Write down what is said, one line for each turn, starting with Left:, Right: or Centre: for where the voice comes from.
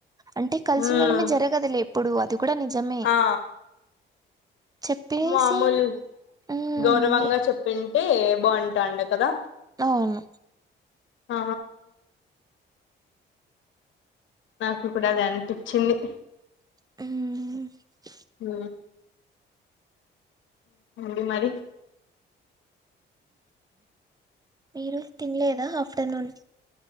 Right: అంటే కలిసి
Left: ఉమ్
Right: ఉండడమే జరగదులే ఎప్పుడు అది కూడా నిజమే
Left: ఆ
Right: చెప్పేసి
Left: మామూలు
Right: ఉమ్
Left: గౌరవంగా చెప్పింటే బాగుంటాండి కదా
Right: అవును
Left: ఆ నాకు కూడా అది అనిపించింది
Right: ఉహ్
Left: ఉ ఉహ్ మారి
Right: మీరు తినలేదా ఆఫ్టర్నూన్